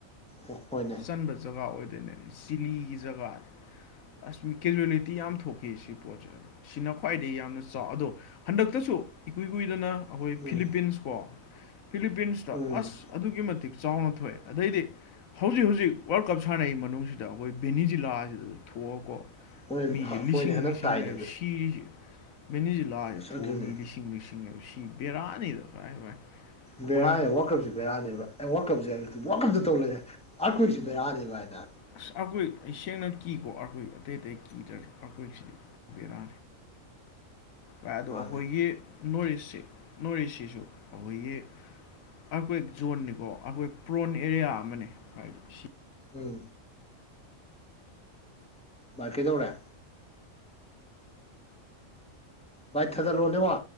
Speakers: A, in the centre; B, on the left (about 90°).
A: ꯎꯄꯜ
B: ꯆꯟꯕ ꯖꯒꯥ ꯑꯣꯏꯗꯣꯏꯅꯦꯕ ꯆꯤꯂꯤꯒꯤ ꯖꯒꯥꯁꯦ ꯑꯁ ꯀꯦꯖꯨꯋꯦꯂꯤꯇꯤ ꯌꯥꯝ ꯊꯣꯛꯈꯤ ꯁꯤ ꯄꯣꯠꯁꯦ ꯑ ꯁꯤꯅ ꯈ꯭ꯋꯥꯏꯗꯒꯤꯩ ꯌꯥꯝꯅ ꯆꯥꯎ ꯑꯗꯣ ꯍꯟꯗꯛꯇ ꯏꯀꯨꯏ ꯀꯨꯏꯗꯅ ꯑꯩꯈꯣꯏ
A: ꯎꯝ
B: ꯐꯤꯂꯤꯄꯤꯟꯁ ꯀꯣ ꯐꯤꯂꯤꯄꯤꯟꯁꯇ
A: ꯎꯝ
B: ꯑꯁ ꯑꯗꯨꯛꯀꯤ ꯃꯇꯤꯛ ꯆꯥꯎꯅ ꯊꯣꯛꯑꯦ ꯑꯗꯩꯗꯤ ꯍꯧꯖꯤꯛ ꯍꯧꯖꯤꯛ ꯍꯧꯖꯤꯛ ꯋꯥꯔꯜ ꯀꯞ ꯁꯥꯟꯅꯩ ꯃꯅꯨꯡꯁꯤꯗ ꯑꯩꯈꯣꯏ ꯕꯦꯅꯤꯖꯤꯂꯥꯁꯤꯗ ꯊꯣꯛꯑꯀꯣ
A: ꯍꯣꯏ
B: ꯃꯤꯁꯤ ꯂꯤꯁꯤꯡ
A: ꯍꯣꯏꯅꯦ ꯍꯟꯗꯛ
B: ꯂꯤꯁꯤꯡꯅꯦꯕ
A: ꯇꯥꯏꯅꯦ
B: ꯁꯤꯁ ꯃꯦꯅꯤꯁꯤ ꯂꯥꯏꯁꯦ
A: ꯑꯁ
B: ꯊꯣꯛꯑꯝꯃꯤ
A: ꯑꯗꯨꯅꯦ
B: ꯂꯤꯁꯤꯡ ꯂꯤꯁꯤꯡꯑꯕ ꯁꯤ ꯕꯦꯔꯥꯅꯤꯗ ꯚꯥꯏ ꯚꯥꯏ ꯑꯩꯈꯣꯏ
A: ꯕꯦꯔꯥꯅꯦ ꯋꯥꯔꯀꯞꯁ ꯕꯦꯔꯅꯦꯕ ꯑꯦ ꯋꯥꯔꯀꯞꯁꯦ ꯍꯥꯏꯕꯀ ꯇꯧ ꯂꯩꯁꯦ ꯑꯥꯔꯈꯣꯏꯁꯤꯕꯔꯥꯅꯤꯕ ꯍꯥꯏꯅ
B: ꯑ ꯑꯩꯈꯣꯏ ꯁꯦꯡꯅ ꯀꯤꯀꯣ ꯑꯩꯈꯣꯏ ꯑꯇꯩ ꯑꯇꯩ ꯀꯤꯗ꯭ꯔ ꯑꯩꯥꯈꯣꯏꯁꯤꯗꯤ ꯔ ꯚꯥꯏ ꯑꯗꯣ
A: ꯃꯥꯅꯦ
B: ꯑꯩꯈꯣꯏꯒꯤ ꯅꯣꯔ ꯏꯁꯁꯤ ꯅꯣꯔ ꯏꯁꯁꯤꯁꯨ ꯑꯩꯈꯣꯏꯒꯤ ꯑꯩꯈꯣꯏ ꯖꯣꯟꯅꯤꯀꯣ ꯑꯩꯈꯣꯏ ꯄ꯭ꯔꯣꯟ ꯑꯦꯔꯤꯌꯥ ꯑꯃꯅꯦ ꯍꯥꯏꯗꯤ ꯁꯤ
A: ꯎꯝ ꯚꯏ ꯀꯩꯗꯧꯔꯦ ꯕꯥꯊꯥꯗ ꯂꯣꯟꯅꯦ ꯋꯥ